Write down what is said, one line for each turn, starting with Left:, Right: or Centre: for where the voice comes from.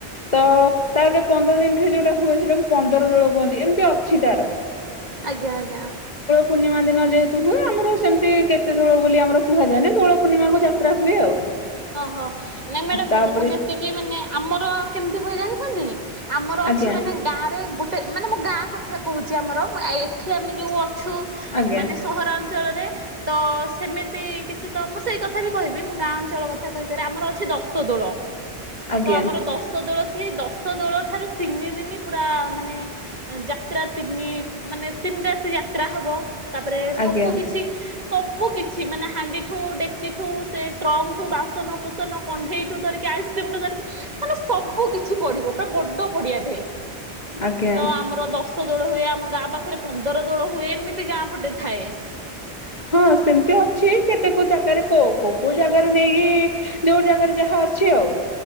Left: ତ ତାପରେ ପନ୍ଦର ଦିନଠି ଯୋଉଟା ହୁଏ ସେଟାକୁ ପନ୍ଦର ଦୋଳ କୁହନ୍ତି ଏମିତି ଅଛି ତାର।
Right: ଆଜ୍ଞା ଆଜ୍ଞା।
Left: ପୂର୍ଣିମା ଦିନ ଯେହେତୁ ହୁଏ ଆମର ସେମତି କେତେ ଦୋଳ ବୋଲି ଆମର କୁହାଯାଏନା ଦୋଳ ପୂର୍ଣ୍ଣିମାକୁ ଯାତ୍ରା ହୁଏ ଆଉ।
Right: ଓହୋ ନାଇଁ ମ୍ୟାଡାମ୍
Left: ତାପରେ
Right: ମୁଁ ଯେତିକି ମାନେ ଆମର କେମତି ହୁଏ ଜାଣିଛନ୍ତି? ଆମର ଅଛି
Left: ଆଜ୍ଞା
Right: ମାନେ ଗାଁରେ ଗୋଟେ ଉଁ ମାନେ ମୁଁ ଗାଁ କଥା କହୁଛି ଆମର ମା ଏ ଏଠି ଆମେ ଯୋଉ ଅ ଛୁ
Left: ଆଜ୍ଞା
Right: ଉଁ ମାନେ ସହର ଅଞ୍ଚଳରେ ତ ସେମିତି କିଛି ତ ମୁଁ ସେଇ କଥା ବି କହିବି ମୁଁ ଗାଁ ଅଞ୍ଚଳ କ ଥା କହିସାରେ ଆମର ଅଛି ଦଶ ଦୋଳ
Left: ଆଜ୍ଞା
Right: ତ ଆମର ଦଶ୍ ଶ ଦୋଳ ଅଛି ଦଶ ଦୋଳ ଠାରୁ ତିନି ଦିନି ପୁରା ମାନେ ଉଁ ଯାତ୍ରା ତିନି ମାନେ ତିନ ରାତି ଯାତ୍ରା ହବ ତାପରେ
Left: ଆଜ୍ଞା
Right: ସବୁ କିଛି ସବୁ କିଛି ମାନେ ହାଣ୍ଡିଠୁ ଡେକଚିଠୁ ସେ ଟ୍ରଙ୍କଠୁ ବାସ୍ ସନ କୁସନ କଣ୍ଢେଇଠୁ ଧରିକି ଆଇସ୍କ୍ରିମଟୁ ଧରିକି ମାନେ ସବୁ କିଛି ପଡିବ ପୁରା ବଡ ପଡିଆଟେ
Left: ଆଜ୍ଞା
Right: ତ ଆମର ଦଶ୍ ତ ଦୋଳ ହୁଏ ଆମ ଗାଁ ପାଖେରେ ପନ୍ଦର ଦୋଳ ହୁଏ ଏମିତି ଗାଁ ପଟେ ଥାଏ।
Left: ହଁ ସେମତି
Right: ମୁଁ
Left: ଅଛି କେତେ କୋଉ ଜାଗାରେ କୋଉ କୋଉ କୋଉ ଜାଗାରେ ନେଇକି ଯୋଉ ଜାଗାରେ ଯାହା ଅଛି ଆଉ।